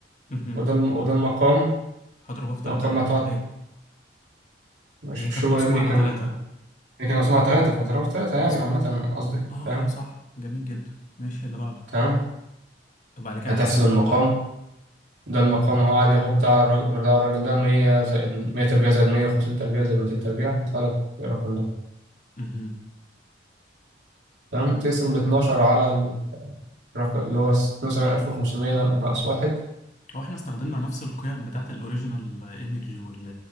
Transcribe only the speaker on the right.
وده الم... وده المقام
مقام ما تقعد
مش,
مش هو
يا ابني
كان
هي كان مسموعة 3 فضربها في 3 يعني
عامة قصدي
فاهم
تمام
هتحسب
المقام ده المقام اهو عادي اهو بتاع الراجل بتاع الراجل ده 100 زائد 100 تربيع زائد 150 تربيع زائد 200 تربيع هيطلع لك الرقم ده
تمام تقسم ال 12 على الرقم اللي هو 72500 ده ناقص واحد